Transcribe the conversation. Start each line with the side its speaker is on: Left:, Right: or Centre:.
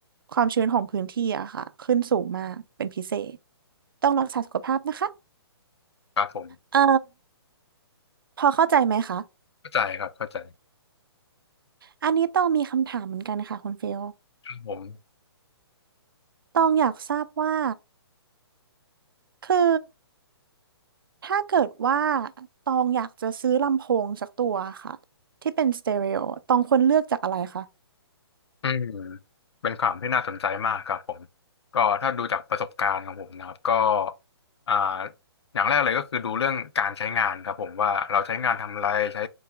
Right: ความชื้นของพื้นที่อะค่ะ ขึ้นสูงมาก เป็นพิเศษ ต้องรักษาสุขภาพนะคะ
Left: ครับผม
Right: เอ่อพอเข้าใจไหมคะ
Left: เข้าใจครับเข้าใจ
Right: อันนี้ต้องมีคำถามเหมือนกันค่ะคุณเฟล
Left: ครับผม
Right: ตองอยากทราบว่าคือ ถ้าเกิดว่าตองอยากจะซื้อลำโพงสักตัวค่ะที่เป็นสเตอริโอตองควรเลือกจากอะไรคะ
Left: อืมเป็นข่าวที่น่าสนใจมากครับผมก็ถ้าดูจากประสบการณ์ของผมนะครับก็อ่าอย่างแรกเลยก็คือดูเรื่องการใช้งานครับผมว่าเราใช้งานทำอะไรใช้